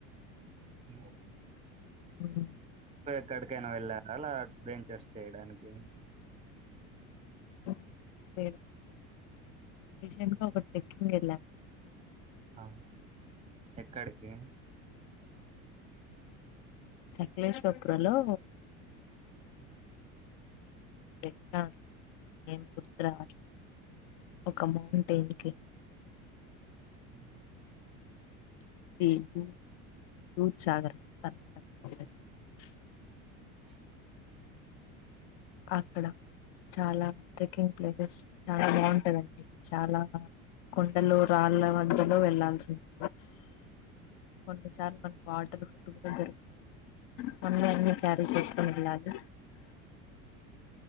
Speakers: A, on the right; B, on the left.
A: ఉ
B: <unintelligible>
A: ఎక్కడికైనా వెళ్ళారా అలా అడ్వెంచర్స్ చేయడానికి
B: <unintelligible>
A: ఆ ఎక్కడికి
B: సకలేేశ్వపురాలో
A: ఉ
B: ఎట్ట ఏం గుర్తురావట్లే ఒక మౌంటైన్ కి
A: ఆ
B: <unintelligible>
A: ఆ
B: అక్కడ చాలా టేకింగ్ ప్లేసెస్ చాలా బాగుంటదిండి చాలా కొండలు రాళ్ళ మధ్యలో వెళ్లాల్సి ఉంటు కొన్నిసార్లు మన పాటలు <unintelligible> మనమేఅని క్యారి చేసుకునిలాలి